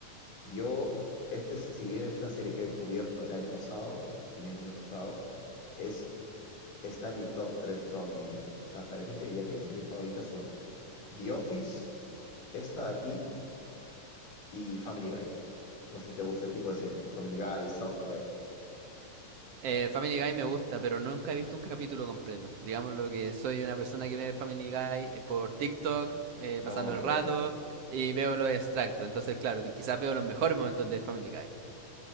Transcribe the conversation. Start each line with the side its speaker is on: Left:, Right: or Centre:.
Left: Yo, este es- si bien es una serie que he descubierto el año pasado, a fines del año pasado, es, está en mi top 3 de toda mi vida. O sea, para mí te diría que mis series favoritas son The Office, esta de aquí, y Family Guy. No sé si te gusta este tipo de series, tipo Family Guy, South Park.
Right: Eh, Family Guy me gusta, pero nunca he visto un capítulo completo. Digamos lo que soy una persona que ve Family Guy eh, por TikTok, eh,
Left: Ok.
Right: pasando el rato, y veo los extractos. Entonces, claro, di- quizás veo los mejores momentos de Family Guy.